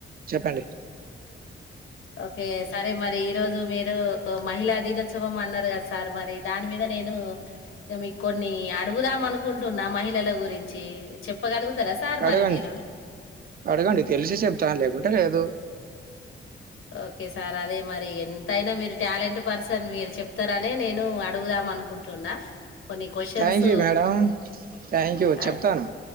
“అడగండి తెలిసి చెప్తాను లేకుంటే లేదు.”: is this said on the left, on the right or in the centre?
Right